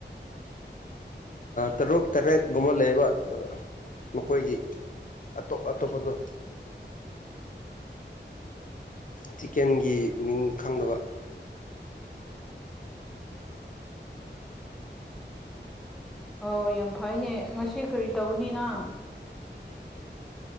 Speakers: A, on the left; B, in the centre.
A: ꯇꯔꯨꯛ ꯇꯔꯦꯠꯀꯨꯝꯕ ꯂꯩꯕ ꯃꯈꯣꯏꯒꯤ ꯑꯇꯣꯞ ꯑꯇꯣꯞꯄꯗꯨ ꯆꯤꯀꯦꯟꯒꯤ ꯃꯤꯡ ꯈꯪꯗꯕ
B: ꯑꯣ ꯌꯥꯝ ꯐꯩꯅꯦ ꯉꯁꯤ ꯀꯔꯤ ꯇꯧꯒꯅꯤ ꯅꯪ